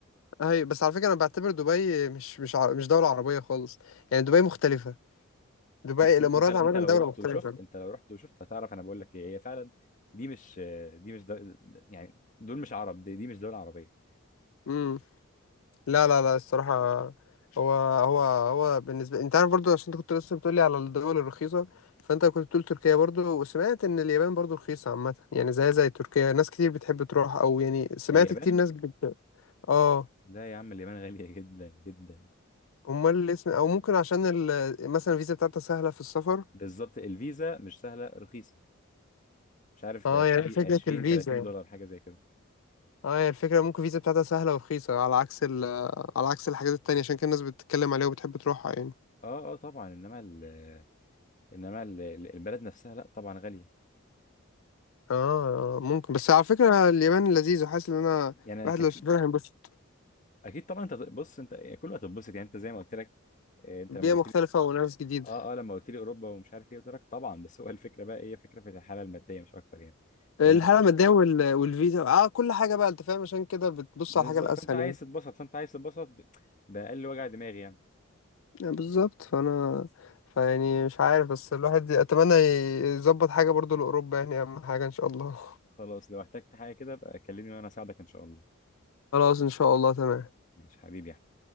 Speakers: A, on the left; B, on the left.
A: هي بس على فكرة أنا بعتبر دبي مش مش ع... مش دولة عربية خالص يعني دبي مختلفة دبي
B: بص
A: الإمارات
B: انت انت انت
A: عامة
B: لو
A: دولة
B: رحت
A: مختلفة
B: وشفت انت لو رحت وشفت هتعرف انا بقول لك ايه هي فعلا دي مش دي مش دول يعني دول مش عرب دي, دي مش دول عربيه
A: امم. لا لا لا الصراحة هو هو هو بالنسبة انت عارف برضو عشان انت كنت لسه بتقولي على الدول الرخيصة فانت كنت بتقول تركيا برضو وسمعت ان اليابان برضو رخيصة عامة يعني زي زي تركيا ناس كتير بتحب تروح او يعني سمعت
B: اليابان
A: كتير ناس بت... اه
B: لا يا عم اليابان غاليه جدا جدا
A: امال اللي اسم او ممكن عشان ال... مثلا الفيزا بتاعتها سهلة في السفر
B: بالظبط الفيزا مش سهله رخيصه مش عارف
A: اه
B: ب 20
A: يعني فكرة
B: 20
A: الفيزا
B: 30
A: يعني
B: دولار حاجه زي كده
A: اه هي الفكرة ممكن الفيزا بتاعتها سهلة ورخيصة على عكس ال... على عكس الحاجات التانية عشان كده الناس بتتكلم عليها وبتحب تروحها يعني
B: اه اه طبعا انما ال... انما ال... البلد نفسها لا طبعا غاليه
A: اه آه، ممكن
B: يعني
A: بس على فكرة اليابان لذيذ وحاسس ان انا
B: يعني انا
A: الواحد
B: كان
A: لو
B: في
A: سافرها هينبسط
B: اكيد طبعا انت بص انت كله هتتبسط يعني انت زي ما قلت لك آه، انت
A: بيئة
B: لما قلت
A: مختلفة
B: لي
A: وناس جديدة
B: اه اه لما قلت لي اوروبا ومش عارف ايه قلت لك طبعا بس هو الفكره بقى هي فكره في الحاله الماديه مش اكتر يعني
A: الحالة
B: يعني أنا ش-
A: المادية وال... والفيزا اه كل حاجة بقى انت فاهم عشان كده بتبص
B: بالظبط
A: على الحاجة الأسهل
B: فانت عايز
A: يعني
B: تتبسط فانت عايز تتبسط ب- باقل وجع دماغي يعني
A: آه، بالظبط فأنا فيعني مش عارف بس الواحد أتمنى يظبط حاجة برضو لأوروبا يعني أهم حاجة إن شاء الله
B: خلاص لو احتجت حاجه كده بقى كلمني وانا اساعدك ان شاء الله
A: <laughs> خلاص إن شاء الله تمام
B: ماشي حبيبي